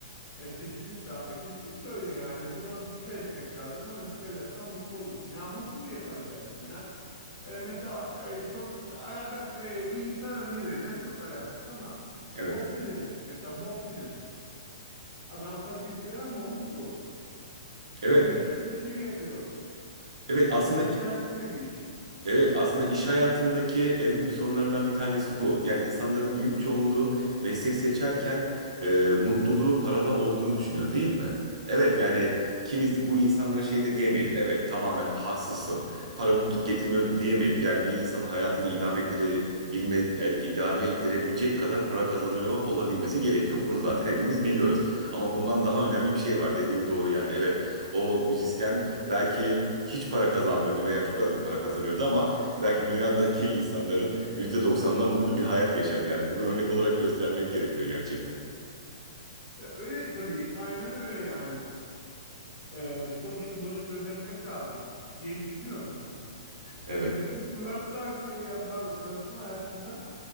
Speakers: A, on the left (about 25°); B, on the right (about 85°).
A: E, kesinlikle, abi, kesinlikle öyle yani. Buna dikkat etmek lazım. Buna dikkat edersen mutlu olursun. Ya mutluluğu yakalayacaksın ya. E, mesela e, çok alaka, e, bir insan örneği vereceğim. Çok alakasız ama
B: Evet.
A: Bob Dylan. Mesela Bob Dylan. Adam fakir filan ama mutlu.
B: Evet.
A: Çünkü istediği şeyi yapıyor.
B: Evet aslında
A: Müzisyenlik de bir iş.
B: Evet aslında iş hayatındaki en büyük sorunlarından bir tanesi bu. Yani insanların büyük çoğunluğu meslek seçerken e, mutluluğu parada olduğunu düşünüyor değil mi? Evet yani kimiz bu insanlara şey de diyemeyiz. Evet tamamen haksızsın. Para mutluluk getirmiyor diyemeyiz. Yani bir insanın hayatını idame ettirebilme, e, idame ettirebilecek kadar para kazanıyor olabilmesi gerekiyor. Bunu zaten hepimiz biliyoruz. Ama bundan daha önemli bir şey var. Dediğin doğru yani. Evet o müzisyen belki hiç para kazanmıyordu veya çok az bir para kazanıyordu ama belki dünyadaki <laughs> insanların %90'dan mutlu bir hayat yaşadı. Yani bunu örnek olarak göstermek gerekiyor gerçekten.
A: E, öyle tabii. Aynen öyle yani. E, sonuçta bunu gözetmek lazım diye düşünüyorum ben.
B: Evet.
A: E, çünkü work life, e, pardon çalışma hayatında